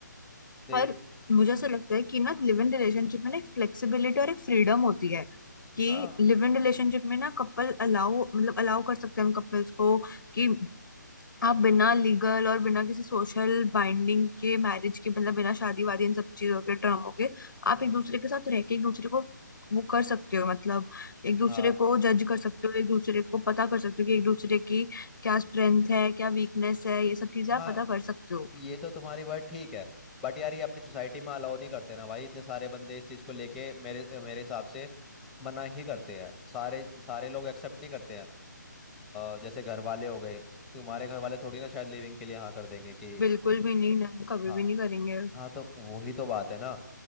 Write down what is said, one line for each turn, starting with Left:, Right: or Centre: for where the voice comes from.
Centre: तो
Left: पर
Centre: ये
Left: मुझे ऐसा लगता है कि ना लिव इन रिलेशनशिप में ना एक फ्लेक्सिबिलिटी और एक फ्रीडम होती है कि
Centre: हाँ
Left: लिव इन रिलेशनशिप में ना कपल अलाउ मतलब अलाउ कर सकते हैं हम कपल्स को कि आप बिना लीगल और बिना किसी सोशल बाइंडिंग के मैरिज के मतलब बिना शादी वादी इन सब चीजों के ड्रामों के आप
Centre: हम्म
Left: एक दूसरे के साथ रह के एक दूसरे को वो कर सकते हो मतलब एक दूसरे
Centre: हाँ
Left: को जज कर सकते हो एक दूसरे को पता कर सकते हो कि एक दूसरे की क्या स्ट्रेंथ है क्या वीकनेस है ये सब चीजें
Centre: हाँ
Left: आप पता कर सकते हो
Centre: ये तो तुम्हारी बात ठीक है बट यार ये अपनी सोसाइटी में अलाउ नहीं करते ना भाई इतने सारे बंदे इस चीज को लेके मेरे मेरे हिसाब से मना ही करते हैं सारे सारे लोग एक्सेप्ट नहीं करते हैं अ, जैसे घर वाले हो गए तुम्हारे घर वाले थोड़ी ना शायद लिविंग के लिए हाँ कर देंगे कि
Left: बिल्कुल भी नहीं नहीं कभी
Centre: हाँ
Left: भी नहीं करेंगे
Centre: हाँ तो वही तो बात है ना